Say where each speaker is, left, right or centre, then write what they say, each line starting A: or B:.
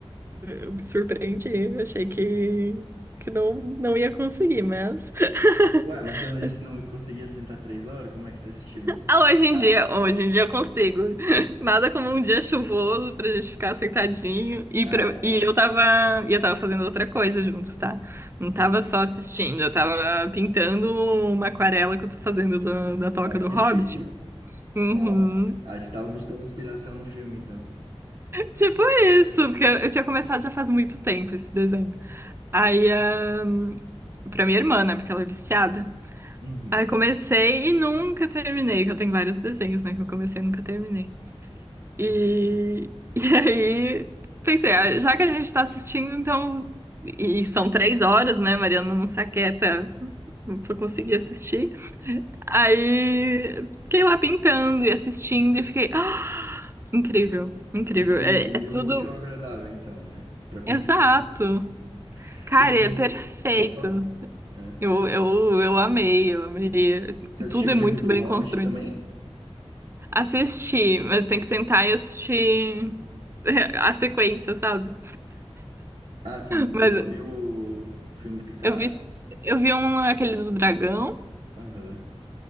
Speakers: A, on the right (about 25°); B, on the right (about 60°).
A: eu me surpreendi. Eu Achei que, que não, não ia conseguir, mas, <laughs>
B: Ué, mas você não disse
A: mas
B: que não conseguia sentar três horas? Como é que você assistiu então?
A: Ah, hoje
B: Picada?
A: em dia, hoje em dia eu consigo. <laughs> Nada como um dia chuvoso pra gente ficar sentadinho. E,
B: Ah,
A: pra-
B: é, tá.
A: e eu tava, e eu tava fazendo outra coisa juntos, tá? Não tava
B: Uhum.
A: só assistindo, eu tava pintando uma aquarela que eu tô fazendo da, da Toca
B: Ó,
A: do
B: que
A: Hobbit.
B: chique.
A: Uhum.
B: Ó. Ah, você tava buscando inspiração no filme então.
A: Tipo isso, porque eu, tinha começado já faz muito tempo esse desenho. Aí, ahn, pra minha irmã, né, porque ela é viciada.
B: Uhum.
A: Aí comecei e nunca terminei, que eu tenho vários desenhos, né, que eu comecei e nunca terminei. E,
B: Uhum.
A: <laughs> e aí pensei, ah, já que a gente tá assistindo, então. E são três horas, né? Mariana não se aquieta pra conseguir assistir. Aí fiquei lá pintando e assistindo e fiquei. "Ah, incrível, incrível.
B: Uniu,
A: É,
B: uniu
A: é tudo
B: o útil ao agradável então, né? Pra conseguir
A: exato.
B: assistir.
A: Cara,
B: E tu.
A: é perfeito.
B: Pode falar? É.
A: Eu, eu, eu amei, eu amei.
B: Você assistiu
A: Tudo é
B: o filme
A: muito
B: do
A: bem
B: Hobbit
A: construído.
B: também?
A: Assisti, mas tem que sentar e assistir <laughs> a sequência, sabe?
B: Ah, você você
A: Mas
B: só viu o, o filme Picado?
A: Eu vi, eu vi um, aquele do dragão.
B: Aham.